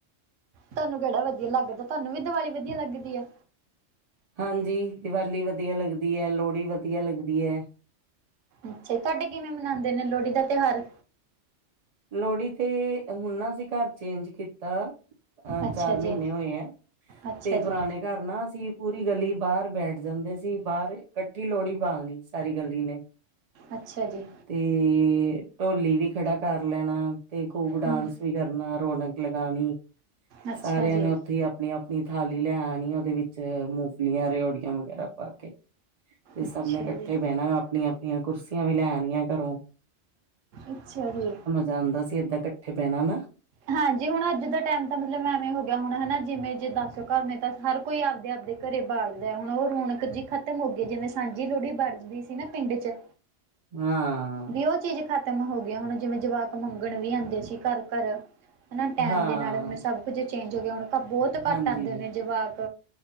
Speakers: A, on the right; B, on the right.
A: ਤੁਹਾਨੂੰ ਕਿਹੜਾ ਵਧੀਆ ਲੱਗਦਾ ਤੁਹਾਨੂੰ ਵੀ ਦੀਵਾਲੀ ਵਧੀਆ ਲੱਗਦੀ ਆ।
B: ਹਾਂਜੀ। ਦੀਵਾਲੀ ਵਧੀਆ ਲੱਗਦੀ ਹੈ। ਲੋਹੜੀ ਵਧੀਆ ਲੱਗਦੀ ਹੈ।
A: ਅੱਛਾ। ਤੁਹਾਡੇ ਕਿਵੇਂ ਮਨਾਉਂਦੇ ਨੇ ਲੋਹੜੀ ਦਾ ਤਿਉਹਾਰ।
B: ਲੋਹੜੀ ਤੇ ਹੁਣ ਨਾ ਅਸੀਂ ਘਰ ਚੇਂਜ ਕੀਤਾ। ਅਹ
A: ਅੱਛਾ
B: ਚਾਰ
A: ਜੀ
B: ਮਹੀਨੇ ਹੋਏ ਆ
A: ਅੱਛਾ
B: ਤੇ
A: ਜੀ
B: ਪੁਰਾਣੇ ਘਰ ਨਾ ਸੀ ਪੂਰੀ ਗਲੀ ਬਾਹਰ ਬੈਠ ਜਾਂਦੇ ਸੀ ਬਾਹਰ ਇਕੱਠੀ ਲੋਹੜੀ ਬਿਲਣੀ ਅਸੀ। ਸਾਰੀ ਗੱਲੀ ਨੇ।
A: ਅੱਛਾ ਜੀ
B: ਤੇ ਢੋਲੀ ਵੀ ਖੜਾ ਕਰ ਲੈਣਾ। ਤੇ ਖੂਬ ਡਾਂਸ
A: ਹਮ
B: ਵੀ ਕਰਨਾ ਰੌਣਕ ਲਗਾਉਣੀ।
A: ਅੱਛਾ
B: ਸਾਰਿਆਂ
A: ਜੀ
B: ਨੇ ਉੱਥੇ ਆਪਣੀ-ਆਪਣੀ ਥਾਲੀ ਲੈ ਆਉਣੀ ਉਹਦੇ ਵਿੱਚ ਮੂੰਗਫਲੀਆਂ, ਰਓੜੀਆਂ ਵਗੈਰਾ ਪਾ ਕੇ- ਤੇ ਸਭ
A: ਅੱਛਾ
B: ਨੇ ਇਕੱਠੇ
A: ਜੀ
B: ਬਹਿਣਾ। ਆਪਣੀਆਂ-ਆਪਣੀਆਂ ਕੁਰਸੀਆਂ ਵੀ ਲੈ ਆਣੀਆਂ ਘਰੋਂ।
A: ਅੱਛਾ ਜੀ।
B: ਜਾਂਦਾ ਸੀ ਏਦਾਂ ਇਕੱਠੇ ਪਹਿਣਾ ਨਾ।
A: ਹਾਂਜੀ, ਹੁਣ ਅੱਜ ਦਾ ਟਾਈਮ ਤਾਂ ਮਤਲਬ ਐਵੇਂ ਹੋ ਗਿਆ ਹੁਣ ਹਨਾ ਜਿਵੇਂ ਜੇ ਦੱਸ ਘਰ ਨੇ ਤਾਂ ਹਰ ਕੋਈ ਆਪਦੇ-ਆਪਦੇ ਘਰੇ ਬਾਲਦਾ ਹੁਣ ਉਹ ਰੌਣਕ ਜਿ ਖ਼ਤਮ ਹੋ ਗਈ ਜਿਵੇਂ ਸਾਂਝੀ ਲੋਹੜੀ ਵੜਦੀ ਸੀ ਨਾ ਪਿੰਡ ਚ'
B: ਹਾਂ।
A: ਵੀ ਉਹ ਚੀਜ਼ ਖਤਮ ਹੋ ਗਈ। ਹੁਣ ਜਿਵੇਂ ਜਵਾਕ ਮੰਗਣ ਵੀ ਆਉਂਦੇ ਸੀ ਘਰ-ਘਰ ਹਨਾ। ਟੈਮ
B: ਹਾਂ
A: ਦੇ ਨਾਲ ਹੁਣ ਸਭ ਕੁੱਝ ਚੇਂਜ ਹੋ ਗਿਆ ਹੁਣ ਬਹੁਤ ਘੱਟ
B: ਹਾਂਜੀ
A: ਆਉਂਦੇ ਨੇ ਜਵਾਕ